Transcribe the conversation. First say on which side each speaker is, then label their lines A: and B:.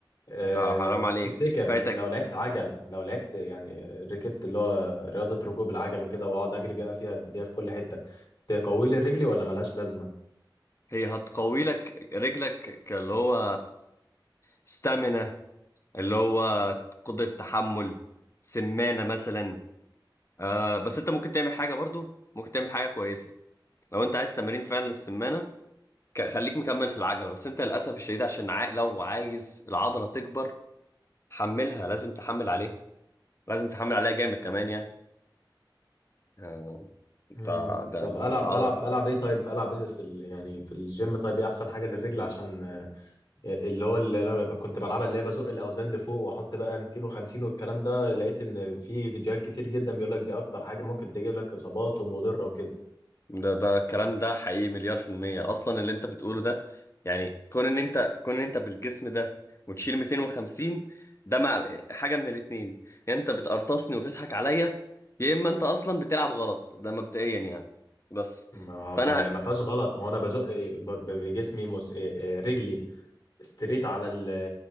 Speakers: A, on the left; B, on the left.
A: آه،
B: انت حرام عليك
A: تفتكر
B: فايتك
A: لو لعبت عجل لو لعبت يعني ركبت اللي هو رياضة ركوب العجل وكده واقعد اجري بيها فيها بيها في كل حتة تقوي لي رجلي ولا ملهاش لازمة؟
B: هي هتقوي لك رجلك كاللي هو ستامينا اللي هو قدرة تحمل سمانة مثلا آه، بس انت ممكن تعمل حاجة برضو ممكن تعمل حاجة كويسة لو انت عايز تمارين فعلا للسمانة ك- خليك مكمل في العجلة بس انت للأسف الشديد عشان عا- لو عايز العضلة تكبر حملها لازم تحمل عليها لازم تحمل عليها جامد كمان يعني يعني انت
A: مم.
B: ده
A: طب العب
B: العضلة
A: العب العب ايه طيب العب ايه في ال... يعني في الجيم طيب ايه احسن حاجة للرجل عشان آه، اللي هو اللي انا ب- كنت بلعبها اللي هي بزق الاوزان لفوق واحط بقى 250 والكلام ده لقيت ان في فيديوهات كتير جدا بيقول لك دي اكتر حاجة ممكن تجيب لك اصابات ومضرة وكده
B: ده ده الكلام ده حقيقي مليار في المية أصلا اللي أنت بتقوله ده يعني كون إن أنت كون إن أنت بالجسم ده وتشيل 250 ده مع حاجة من الاتنين يا أنت بتقرطصني وبتضحك عليا يا إما أنت أصلا بتلعب غلط ده مبدئيا يعني بس
A: ما
B: فأنا
A: ما ما فيهاش غلط هو انا بزق ب- ب- بجسمي مس... آه، آه، رجلي استريت على ال-